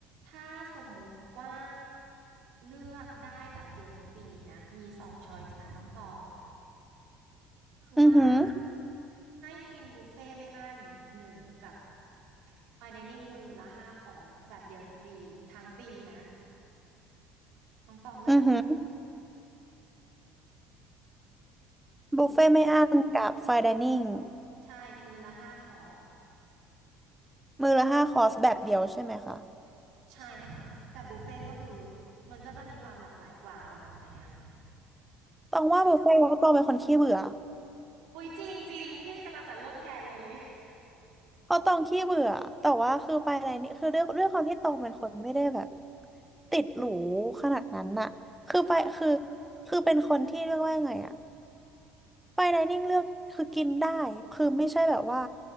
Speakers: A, on the right; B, in the centre.
A: ถ้าสมมุติว่าเลือกได้แบบเดียวทั้งปีนะมีสองช้อยส์นะน้องตองคือว่า
B: อือหือ
A: ให้กินบุฟเฟ่ไม่อั้นหนึ่งกับไฟน์ไดนิ่งมื้อละห้าคอร์สแบบเดียวทั้งปีทั้งปีนะน้องตองเลือกอันไหน
B: อือหือบุฟเฟ่ไม่อั้นกับไฟน์ไดนิ่ง
A: อืมใช่มื้อละห้าคอร์ส
B: มื้อละห้าคอร์สแบบเดียวใช่ไหมคะ
A: ใช่ค่ะแต่บุฟเฟ่ก็คือมันก็จะมีความหลากหลายกว่าเอาแบบไหนอ่ะ
B: ต้องว่าบุฟเฟ่ต์เพราะตองเป็นคนขี้เบื่อ
A: อุ๊ยจริงจริงพี่กำลังจะเลือกแทนเลย
B: เพราะตองขี้เบื่อแต่ว่าคือไฟน์ไดนิ่งคือด้วยด้วยความที่ตองเป็นคนไม่ได้แบบติดหรูขนาดนั้นน่ะคือไปคือ
A: <laughs> ค่ะ
B: คือเป็นคนที่เรียกว่ายังไงอะ ไปไดนิ่งเลือกคือกินได้คือไม่ใช่แบบว่า